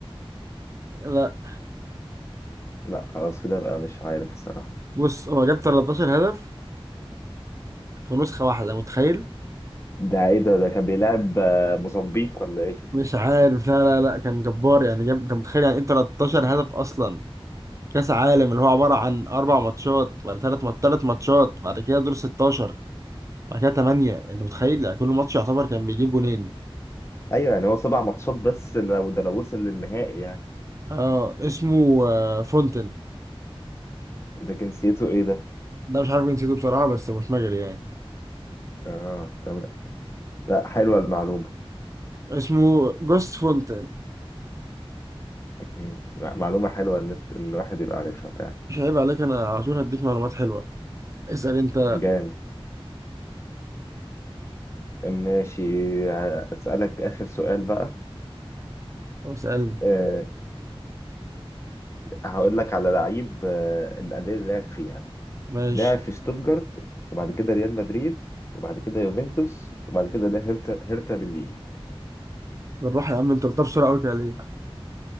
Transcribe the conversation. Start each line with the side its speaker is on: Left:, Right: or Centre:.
Right: لا
Left: لا خلاص كده بقى مش عارف الصراحة
Right: بص هو جاب 13 هدف في نسخه واحده متخيل
Left: ده ايه ده ده كان بيلعب آه، موزمبيق ولا ايه
Right: مش عارف لا لا لا كان جبار يعني جاب كان متخيل يعني ايه 13 هدف اصلا كاس عالم اللي هو عباره عن اربع ماتشات بعد ثلاث مات ثلاث ماتشات بعد كده دور 16 بعد كده 8 انت متخيل يعني كل ماتش يعتبر كان بيجيب جونين
Left: <laughs> ايوه يعني هو سبع ماتشات بس لو ده لو وصل للنهائي يعني
Right: اه اسمه آه، فونتن
Left: ده جنسيته ايه ده
Right: ده مش عارف جنسيته بصراحه بس مش مجري يعني
Left: اه تمام لا حلوة المعلومة
Right: اسمه جوست فونتن
Left: مم. لا معلومة حلوة ان ان الواحد يبقى عارفها فعلا
Right: مش عيب عليك انا على طول هديك معلومات حلوه اسال انت
Left: جامد ماشي اسألك اخر سؤال بقى
Right: اسال
Left: أه هقول لك على لعيب أه الأندية اللي لعب فيها
Right: ماشي
Left: لعب في شتوتجارت وبعد كده ريال مدريد وبعد كده يوفنتوس وبعد كده لا هيرتا هيرتا بالليج
Right: بالراحه يا عم انت قلتها بسرعه قوي كده ليه